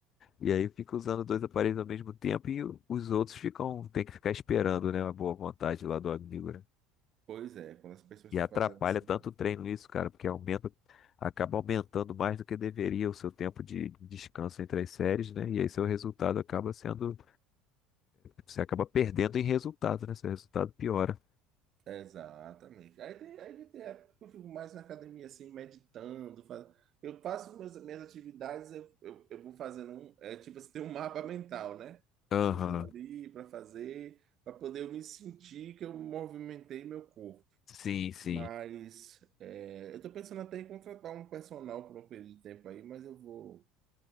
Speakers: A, on the left; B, on the right.
A: E aí fica usando dois aparelhos ao mesmo tempo e os outros ficam, tem que ficar esperando, né, a boa vontade lá do amigo, né?
B: pois é, quando as pessoas
A: E
B: estão
A: atrapalha
B: fazendo assim.
A: tanto o treino isso, cara, porque aumenta, acaba aumentando mais do que deveria o seu tempo de descanso entre as séries, né? E aí seu resultado acaba sendo, você acaba perdendo em resultado, né? Seu resultado piora.
B: Exatamente. Aí tem, aí tem época que eu fico mais na academia, assim, meditando. faz- Eu faço minhas, minhas atividades, eu, eu, eu vou fazendo um. É, tipo assim, tem um mapa mental, né?
A: Aham.
B: Eu vou ali para fazer, para poder eu me sentir que eu movimentei meu corpo.
A: Sim, sim.
B: Mas é, eu estou pensando até em contratar um personal por um período de tempo aí, mas eu vou